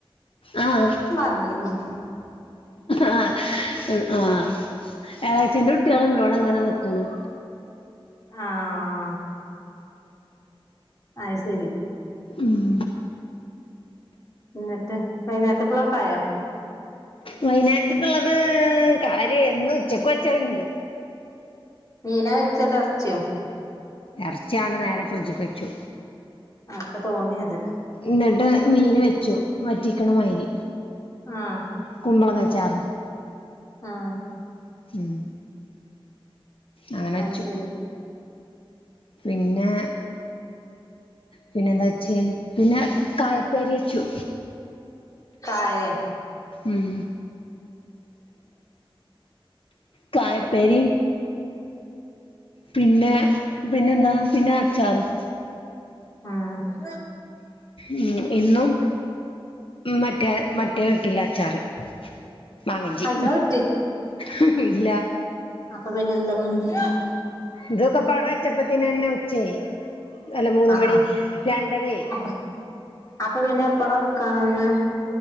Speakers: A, on the left (about 70°); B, on the left (about 35°).
A: ആഹ്
B: <unintelligible>
A: ആഹ് ആഹ് എളേച്ഛന്റെ കുട്ട്യളാണ്ടിവ്ടങ്ങനെ നിക്കണ്
B: ആഹ് അത് ശരി
A: ഉം
B: എന്നിട്ട് വൈയാന്നേരത്തേക്കൊള്ളേക്കായോ
A: വൈയ്ന്നേരത്തേക്ക്ള്ളത് കാര്യന്ന്ച്ചക്ക് വെച്ചണ്ട്
B: മീനാ വെച്ചതെറച്ചിയോ
A: എറച്ചിയാണ് നേരെ ഫ്രിഡ്ജിക്ക് വെച്ചു
B: ആക്ക് തോന്നിയത്
A: ന്നിട്ട് മീന് വെച്ചു വറ്റിക്കണമായിരി
B: ആഹ്
A: കുമ്പളങ്ങാച്ചാറ്
B: ആഹ്
A: ഉം അങ്ങനച്ചു
B: അത് ശരി
A: പിന്നെ പിന്നെന്താച്ചെ പിന്ന കായപ്പരിച്ചു
B: കായെ
A: ഉം
B: ഉ
A: കായപ്പേരീം പിന്നെ പിന്നെന്താ പിന്ന അച്ചാറും
B: ആഹ്
A: ഉം ഇന്നും മറ്റേ മറ്റേട്ടില്ലച്ചാറ് മാങ്ങഞ്ചി
B: അജ് അത്
A: ഹ്ഹ് ഇല്ല
B: അപ്പന്നെന്താ <unintelligible>
A: ഇതൊക്കെപാട വെച്ചപ്പത്തേന ന്നെ ഉച്ചായി അല്ല മൂന്ന്
B: ആഹ്
A: മണി
B: ആഹ്
A: രണ്ടരക്കേയി
B: അപ്പൊ അപ്പൊ പിന്നെ എപ്പളാ ഇടക്കാൻ നിന്ന്